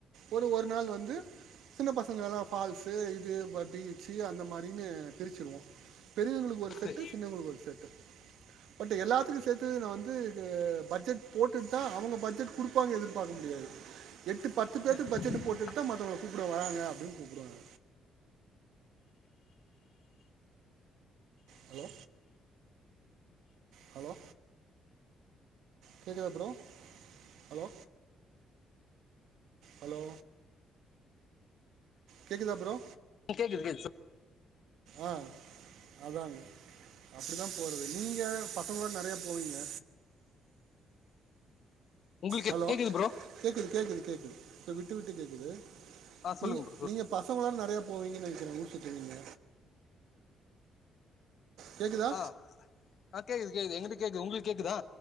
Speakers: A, on the right (about 80°); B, on the left (about 60°).
A: ஒரு ஒரு நாள் வந்து
B: சரி
A: சின்ன பசங்களல்லா ஃபால்ஸு இது பீச்சு அந்த மாரின்னு பிரிச்சிருவோ பெரியவங்களுக்கு ஒரு செட்டு
B: சரி
A: சின்னவங்களுக்கு ஒரு செட்டு பட் எல்லாத்துக்கு சேத்து நா வந்து இது பட்ஜெட் போட்டுட்தா அவங்க பட்ஜெட் குடுப்பாங்க எதிர்பாரக்க முடியாது எட்டு பத்து பேருக்கு
B: சரி சரி
A: பட்ஜெட்டு
B: சரி
A: போட்டுட்டு தா மத்தவங் கூப்பட வராங்க அப்படின்னு கூப்டுவாங்க ஹலோ ஹலோ கேக்குதா ப்ரோ ஹலோ ஹலோ கேக்குதா ப்ரோ
B: கேக்குது கேக்குது சொ-
A: ஆ அதாங்க அப்படிதா போறது நீங்க பசங்களோட நறையா போவீங்க
B: உங்களுக்கு கே-
A: ஹலோ
B: கேக்குது ப்ரோ
A: கேக்குது கேக்குது கேக்குது இப்ப விட்டு விட்டு கேக்குது
B: ஆ சொல்லுங்க
A: நீங்க
B: ப்ரோ சொல்
A: நீங்க பசங்களோட நறையா போவீங்கன் நெனைக்கிறே ஊர் சுத்த நீங்க கேட்குதா
B: ஆ ஆ கேக்து கேகுது எங்கிட்டி கேக்கு உங்குள்க் கேக்குதா